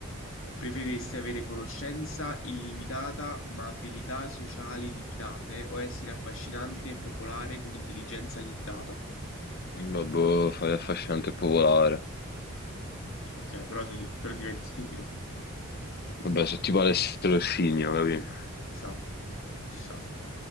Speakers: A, on the left; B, on the left.
A: Preferiresti avere conoscenza illimitata ma abilità sociali limitate o essere affascinante e popolare con intelligenza limitata?
B: Vabbè, fai affascinante e popolare.
A: Ok, però, sei, però diventi stupido. Ci
B: Vabbè, sono tipo Alessio Scigno, capì?
A: sta, ci sta.